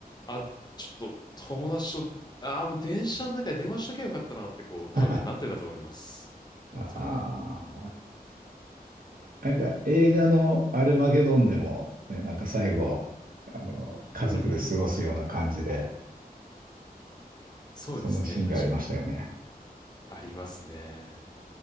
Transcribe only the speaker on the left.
あ、ちょっと、友達と、あー、もう電車の中で電話しときゃよかったなって、こう、多分なってたと思います。
本当に。
<laughs>
そうですね、
確かに。ありますね。